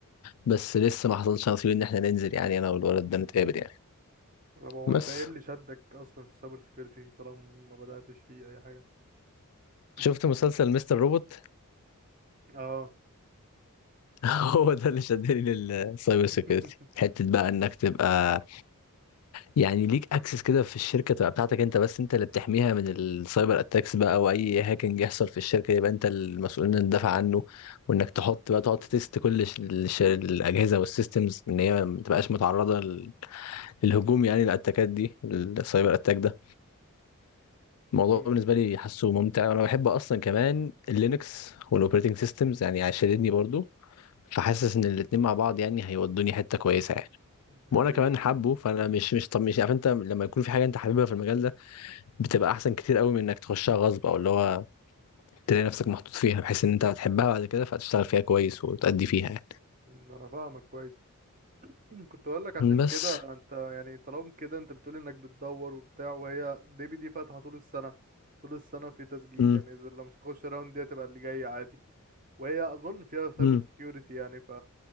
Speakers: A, on the left; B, on the right.
A: بس لسه ما حصلش نصيب ان احنا ننزل يعني انا والولد ده نتقابل يعني
B: طب هو
A: بس
B: انت ايه اللي شدك اصلا في السايبر سيكيورتي طالما ما بدأتش فيه اي حاجة <coughs>
A: شفت مسلسل مستر روبوت
B: اه
A: <laughs> هو ده اللي شدني للسايبر سيكيورتي
B: <laughs>
A: حته بقى انك تبقى يعني ليك اكسس كده في الشركه تبقى بتاعتك انت بس انت اللي بتحميها من السايبر اتاكس بقى او اي هاكينج يحصل في الشركه يبقى انت المسؤول انك تدافع عنه وانك تحط بقى تقعد تست كل ش- الش- الاجهزه والسيستمز ان هي ما تبقاش متعرضه لل- للهجوم يعني الاتاكات دي السايبر اتاك ده الموضوع
B: مم.
A: بالنسبه لي حاسه ممتع وانا بحب اصلا كمان اللينكس والاوبريتنج سيستمز يعني شددني برضو فحاسس ان الاتنين مع بعض يعني هيودوني حته كويسه يعني
B: دي
A: وانا
B: حقيقة
A: كمان حابه فانا مش مش طب مش عارف انت لما يكون في حاجه انت حاببها في المجال ده بتبقى احسن كتير قوي من انك تخشها غصب او اللي هو تلاقي نفسك محطوط فيها بحيث ان انت هتحبها بعد كده فهتشتغل فيها كويس وتأدي فيها يعني
B: مم، انا فاهمك كويس <clears throat> كنت اقول لك عشان
A: بس
B: كده انت يعني طالما كده انت بتقول انك بتدور وبتاع وهي ديبي دي فاتحة طول السنة طول السنة في تسجيل
A: امم
B: يعني اذا لو مش هتخش الراوند دي هتبقى اللي جاي عادي وهي اظن فيها سايبر
A: امم
B: سيكيورتي يعني ف